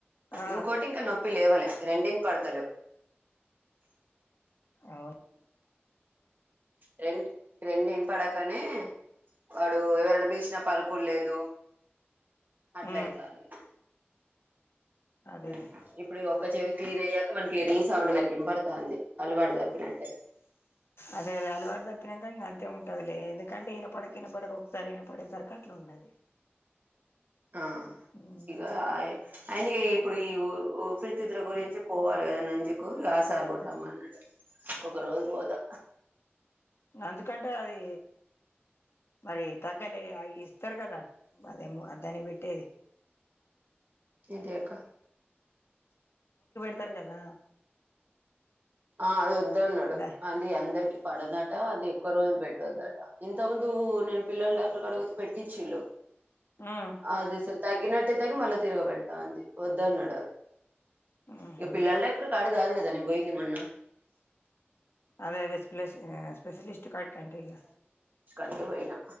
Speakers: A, on the left; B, on the right.
A: ఆ
B: ఇంకోటి ఇంకా నొప్పి లేవలే రెండు ఇన్ పడతలేవ్
A: అవును
B: రెండ్ రెండు ఇనపడకనే వాడు ఎవరైనా వేసిన పరుకు లేదు అట్లయితాంది
A: ఉమ్ అదేలే
B: మ్ ఇప్పుడిది ఒక ఒక చెవి క్లీన్ అయ్యాక మనకి రీ సౌండ్ లెక్క ఇనపడతాంది అలవాటు తప్పినట్టే
A: అదే అదే అలవాటుదప్పినాకా ఇంకా అంతె ఉం టదిలే ఎందుకంటే ఇనపడక ఇనపడక ఒకసారే ఇనపడేసరికి అట్ల ఉన్నది
B: ఆ
A: ఉమ్
B: ఇగ ఆయ అయిన ఇప్పుడు ఈఊ ఉపిరితిత్తుల గురించి పోవాలి కదా నంజుకు ఆసార్గుడరమ్మన్నాడు ఒక రోజు పోతా
A: నంజుకంటే అది మరి తగ్గలే అయి ఇస్తారు కదా అదేమో దానికి పెట్టేది
B: ఏంటియి అక్క
A: స్తారు కదా
B: ఆ అది వద్దన్నాడు
A: దా
B: అది అందరికి పడదా ట అది ఎక్కువ రోజులు పెట్టొద్దట ఇంత ముందు నేను పిల్లల డాక్టర్ కాడికి పోతే పెట్టిచ్చుల్లు
A: ఉమ్
B: అదే సల్ తగ్గినట్టయితర్ మళ్ళా తిరగబెడతాంది వద్దు అన్నాడు డా
A: ఉహు
B: ఇగ పిల్లల డాక్టర్ కాడ కాదు కదా నేను బొయింది మొన్నా
A: అదే అదే స్ప్లె ఎ స్పెషలిస్ స్ట్ కాడికంటే ఇగా
B: కి పోయినా